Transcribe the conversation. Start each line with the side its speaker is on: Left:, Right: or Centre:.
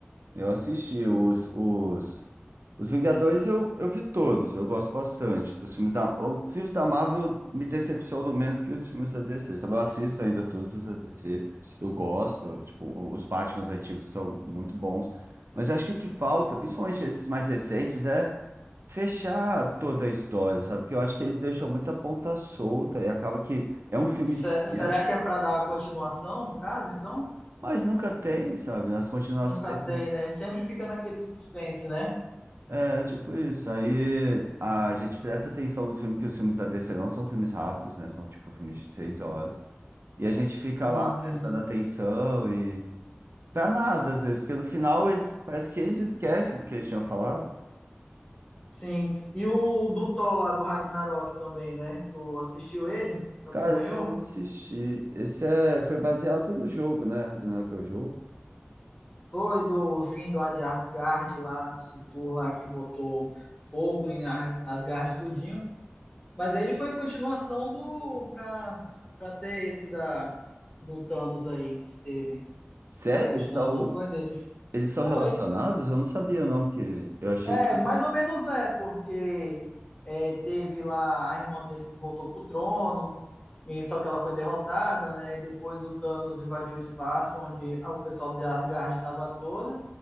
Right: eu assisti os, os, os Vingadores, eu, eu vi todos, eu gosto bastante dos filmes da... Os filmes da Marvel me decepcionam menos que os filmes da DC, sabe? Eu assisto ainda todos os da DC, eu gosto, eu, tipo, os Batmans antigos são muito bons, mas eu acho que o que falta, principalmente esses mais recentes, é fechar toda a história, sabe? Porque eu acho que eles deixam muita ponta solta e acaba que é um filme,
Left: Se-
Right: extenso,
Left: será que é para dar continuação, no caso, então?
Right: mas nunca tem, sabe? As continuações
Left: Nunca tem, né? Sempre fica naquele suspense, né?
Right: É, tipo isso. Aí a gente presta atenção no filme, que os filmes da DC não são filmes rápidos, né? São tipo filmes de seis horas. E a gente fica
Left: Uhum.
Right: lá prestando atenção e. Pra nada, às vezes, porque no final eles parece que eles esquecem do que eles tinham falado.
Left: Sim. E o do Thor lá do Ragnarok também, né? Tu assistiu ele? Tu
Right: Cara,
Left: Acompanhou?
Right: esse eu não assisti. Esse é... foi baseado no jogo, né? Ragnarok é o jogo.
Left: Foi do fim lá de Asgard, lá do Surtur lá que botou fogo em As- Asgard tudinho. Mas ele foi continuação do pra, pra ter esse da do Thanos aí que teve.
Right: Sério?
Left: A continuação
Right: Eles são...
Left: foi dele.
Right: eles são
Left: Foi.
Right: relacionados? Eu não sabia, não, que eu achei
Left: É,
Right: que.
Left: mais ou menos é, porque é, teve lá a irmã dele que voltou pro trono, e só que ela foi derrotada, né? E depois o Thanos invadiu o espaço onde o pessoal de Asgard estava toda